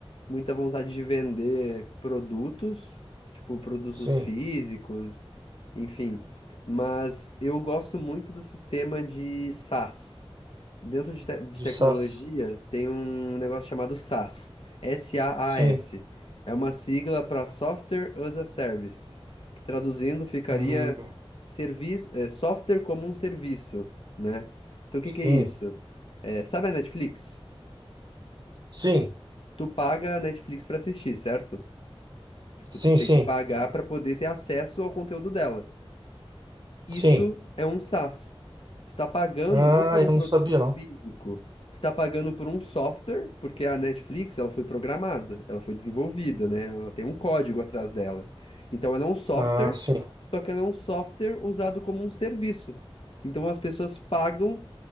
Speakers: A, on the left; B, on the right.
A: muita vontade de vender produtos, tipo, produtos
B: sim,
A: físicos, enfim, mas eu gosto muito do sistema de SaaS. Dentro de, te- de
B: de
A: tecnologia,
B: SaaS.
A: tem um negócio chamado SaaS. S-A-A-S.
B: Sim.
A: É uma sigla para Software as a Service, que traduzindo ficaria
B: Hum,
A: serviço, é, software como um serviço, né? Então o que
B: sim.
A: que é isso? É, sabe a Netflix?
B: Sim.
A: Tu paga a Netflix para assistir, certo? Tipo,
B: Sim,
A: tu tem
B: sim.
A: que pagar para poder ter acesso ao conteúdo dela.
B: Sim.
A: Isso é um SaaS. Tu tá pagando
B: Ah,
A: não por um
B: eu
A: produto
B: não sabia
A: físico,
B: não.
A: tu tá pagando por um software, porque a Netflix, ela foi programada, ela foi desenvolvida, né? Ela tem um código atrás dela. Então ela é um software,
B: Ah, sim.
A: só que ela é um software usado como um serviço. Então as pessoas pagam